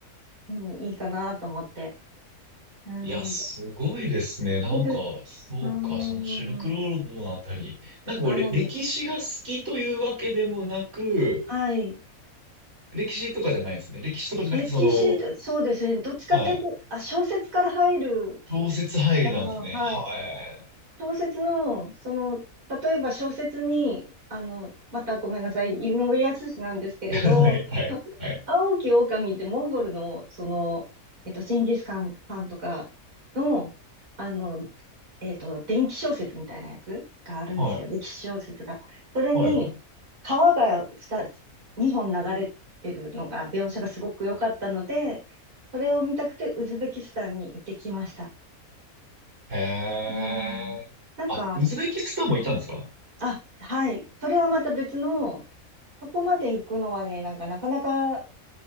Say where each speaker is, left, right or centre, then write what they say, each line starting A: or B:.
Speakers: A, on the right; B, on the right.
A: うん、いいかなと思って。うん。
B: いや、すごいですね。なんか、
A: <laughs>
B: そうか、
A: うん。
B: そのシルクロードのあたり。なんかこう、
A: はい。
B: れ歴史が好きというわけでもなく、
A: はい。
B: 歴史とかじゃないですね。歴史とかじゃなくて、
A: 歴史、
B: その、
A: そうですね。どっちかというと、
B: はい。
A: あ、小説から入る
B: 小説入りなんですね。
A: あの、はい。
B: はい。
A: 小説の、その、例えば小説に、あの、またごめんなさい、井上靖なんですけれど、
B: <laughs> はいはいはい。
A: 青き狼ってモンゴルの、その、えっと、ジンギスカンパンとかの、あの、えっと、伝記小説みたいなやつがあるんですよ、
B: はい
A: 歴史小説が。それに、
B: はいはい。
A: 川が2、2本流れてるのが、描写がすごく良かったので、それを見たくてウズベキスタンに行ってきました。
B: へえ。
A: うんなんか、
B: あ、ウズベキスタンも行ったんですか
A: あ、はい。それはまた別の、そこまで行くのはね、なんかなかなか